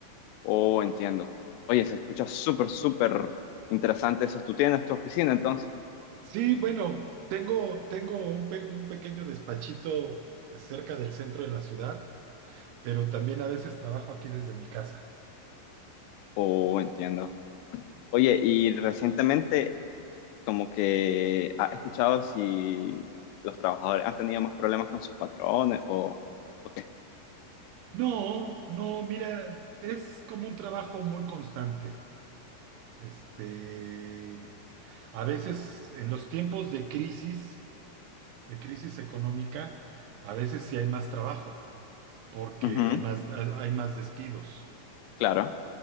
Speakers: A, on the left; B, on the right.
A: Oh, entiendo. Oye, se escucha súper, súper interesante eso. ¿Tú tienes tu oficina entonces?
B: Sí, bueno, tengo, tengo un, pe- un pequeño despachito cerca del centro de la ciudad, pero también a veces trabajo aquí desde mi casa.
A: Oh, entiendo. Oye, y recientemente como que has escuchado si los trabajadores han tenido más problemas con sus patrones o, o qué.
B: No, no, mira, es como un trabajo muy constante. Este, a veces en los tiempos de crisis, de crisis económica, a veces sí hay más trabajo, porque
A: Ujú,
B: hay más, hay más despidos.
A: claro.